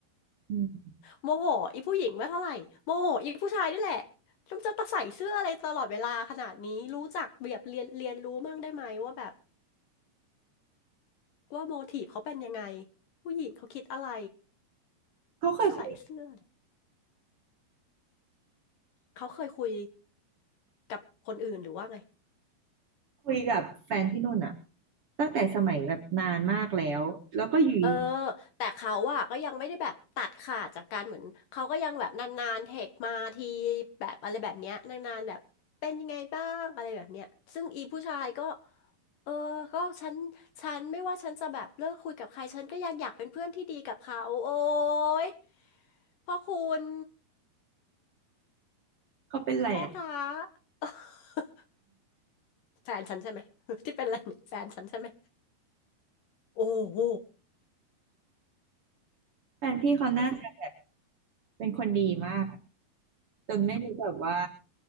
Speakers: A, on the right; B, on the left.
A: อืม
B: โมโหอีผู้หญิงไม่เท่าไหร่โมโหอีผู้ชายนี่แหละจงจะตะใส่เสื้ออะไรตลอดเวลาขนาดนี้รู้จักแบบเรียนเรียนรู้มั่งได้ไหมว่าแบบว่าโมทีฟเขาเป็นยังไงผู้หญิงเขาคิดอะไร
A: เขาเคยคุย
B: จะใส่เสื้อเขาเคยคุยกับคนอื่นหรือว่าไง
A: คุยกับแฟนพี่นุ่นอะตั้งแต่สมัยแบบนานมากแล้วแล้วก็อยู่ดี
B: เออแต่เขาอะก็ยังไม่ได้แบบตัดขาดจากการเหมือนเขาก็ยังแบบนานๆเทคมาทีแบบอะไรแบบเนี้ยนานๆแบบเป็นยังไงบ้างอะไรแบบเนี้ยซึ่งอีผู้ชายก็เออก็ฉันฉันไม่ว่าฉันจะแบบเลิกคุยกับใครฉันก็ยังอยากเป็นเพื่อนที่ดีกับเขาโอ้ยพ่อคุณ
A: เขาเป็นไรอะ
B: พ่อพระ <laughs> แฟนฉันใช่ไหม <laughs> ที่เป็นอะไรเนี่ยแฟนฉันใช่ไหมโอ้โห
A: แฟนพี่เขาน่าจะแบบ
B: มันแบบ
A: เป็นคนดีมากอะจนไม่รู้แบบว่า